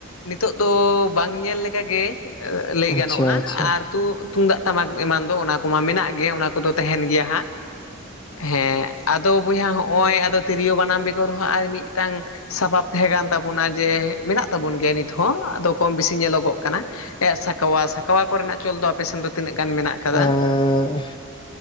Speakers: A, on the left; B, on the left.
A: ᱱᱤᱛᱚᱜ ᱫᱚ ᱵᱟᱝ ᱧᱮᱞ ᱞᱮᱠᱟ ᱜᱮ ᱞᱟᱹᱭ
B: ᱟᱪᱪᱷᱟ
A: ᱜᱟᱱᱚᱜᱼᱟ
B: ᱟᱪᱪᱷᱟ
A: ᱟᱨ ᱛᱩ ᱛᱩᱢᱫᱟᱜ ᱴᱟᱢᱟᱠ ᱮᱢᱟᱱ ᱫᱚ ᱚᱱᱟ ᱠᱚᱢᱟ ᱢᱮᱱᱟᱜ ᱜᱮ ᱚᱱᱟ ᱠᱚᱫᱚ ᱛᱟᱦᱮᱱ ᱜᱮᱭᱟ ᱦᱟᱸᱜ ᱦᱮᱸ ᱟᱫᱚᱼᱼ ᱵᱚᱭᱦᱟ ᱦᱚᱜᱼᱚᱭ ᱟᱫᱚ ᱛᱤᱨᱭᱳ ᱵᱟᱱᱟᱢ ᱵᱮᱜᱚᱨ ᱦᱚᱸ ᱟᱨ ᱢᱤᱫᱴᱟᱝ ᱥᱟᱯᱟᱵ ᱛᱟᱦᱮᱸ ᱠᱟᱱ ᱛᱟᱵᱳᱱᱟ ᱡᱮ ᱢᱮᱱᱟᱜ ᱛᱟᱵᱚᱱ ᱜᱮᱭᱟ ᱱᱤᱛᱦᱚᱸ ᱟᱫᱚ ᱠᱚᱢ ᱵᱮᱥᱤ ᱧᱮᱞᱚᱜᱚᱜ ᱠᱟᱱᱟ ᱮ ᱥᱟᱸᱠᱚᱣᱟ ᱥᱟᱸᱠᱚᱣᱟ ᱠᱚ ᱨᱮᱱᱟᱜ ᱪᱚᱞ ᱫᱚ ᱟᱯᱮ ᱥᱮᱱ ᱫᱚ ᱛᱤᱱᱟᱹᱜ ᱜᱟᱱ ᱢᱮᱱᱟᱜ ᱟᱠᱟᱫᱟ
B: <unintelligible>